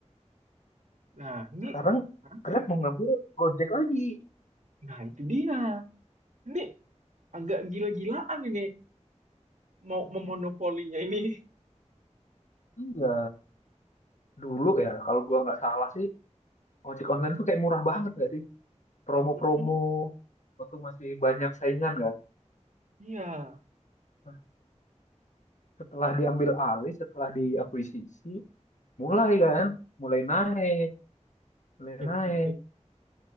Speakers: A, on the right; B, on the left.
A: nah ini
B: Sekarang
A: sekarang
B: Grab mau ngambil Gojek lagi.
A: nah itu dia ini agak gila-gilaan ini mau memonopolinya ini.
B: Iya, dulu ya kalau gua nggak salah sih ojek online tuh kayak murah banget nggak sih? Promo-promo
A: <laughs>
B: waktu masih banyak saingan kan.
A: Iya.
B: Nah, setelah diambil alih, setelah diakuisisi, mulai kan, mulai naik, mulai
A: <laughs>
B: naik.